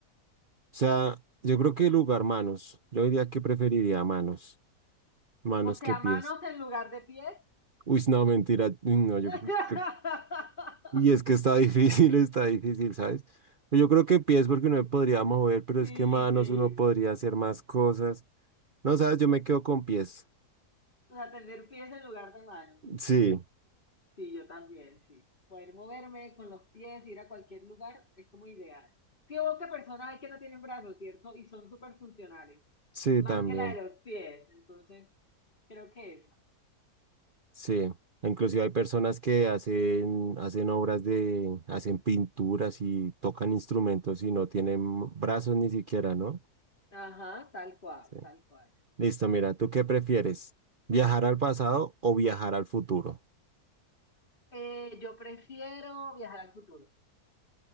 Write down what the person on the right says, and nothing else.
O sea, yo creo que el lugar manos, yo diría que preferiría manos, manos
que pies.
Uy, no, mentira, uy, no, yo
creo que... Y es que está difícil, <laughs> está difícil, ¿sabes? Pues Yo creo que pies porque uno me podría mover, pero
es que manos
uno podría hacer más cosas. No, ¿sabes? Yo me quedo con pies.
Sí,
sí,
también.
Sí, inclusive hay personas que hacen, hacen obras de, hacen pinturas y tocan instrumentos y no tienen brazos ni siquiera, ¿no?
Sí.
Listo, mira, ¿tú qué prefieres? ¿Viajar al pasado o viajar al futuro?